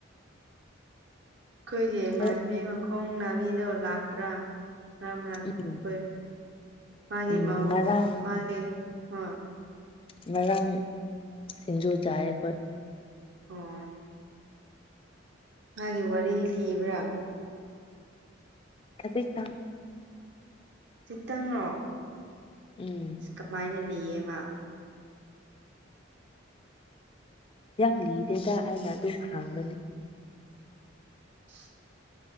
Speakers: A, on the right; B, on the left.
A: ꯑꯩꯈꯣꯏꯒꯤ ꯏꯃꯥꯟꯕꯤ
B: ꯎꯝ
A: ꯃꯈꯣꯡ ꯅꯥꯕꯤꯗꯣ ꯂꯥꯛꯄ ꯃꯔꯥꯛ ꯃꯔꯥꯛ
B: ꯎꯝ
A: ꯑꯩꯈꯣꯏ ꯃꯥꯒꯤ
B: ꯎꯝ ꯉꯔꯥꯡ
A: ꯃꯥꯒꯤ ꯍꯥ
B: ꯉꯔꯥꯡ ꯁꯤꯡꯖꯨ ꯆꯥꯏ ꯑꯩꯈꯣꯏ
A: ꯑꯣ ꯃꯥꯒꯤ ꯋꯥꯔꯤ ꯂꯤꯕ꯭ꯔꯥ
B: ꯀꯁ ꯀꯝ
A: ꯆꯇꯪꯔꯣ
B: ꯎꯝ
A: ꯑ ꯀꯃꯥꯏꯅ ꯂꯤꯌꯦꯃ
B: ꯌꯥꯝ ꯂꯤꯗꯦꯗ ꯑꯩꯅ ꯑꯗꯨꯝ ꯍꯥꯡꯕꯅꯦ
A: ꯍ